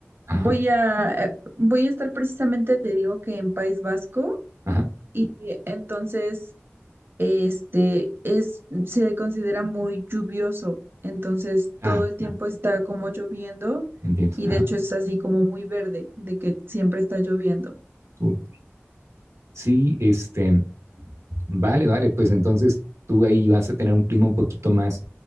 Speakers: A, on the right (about 80°); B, on the right (about 55°).
A: Ajá,
B: voy a, eh, voy a estar precisamente, te digo que en País Vasco,
A: ajá,
B: eh, entonces... este es, se considera muy lluvioso, entonces
A: claro,
B: todo el tiempo
A: claro,
B: está como lloviendo
A: entiendo,
B: y
A: ajá,
B: de hecho es así como muy verde, de que siempre está lloviendo.
A: súper. Sí, este, Vale, vale, pues entonces tú ahí vas a tener un clima un poquito más,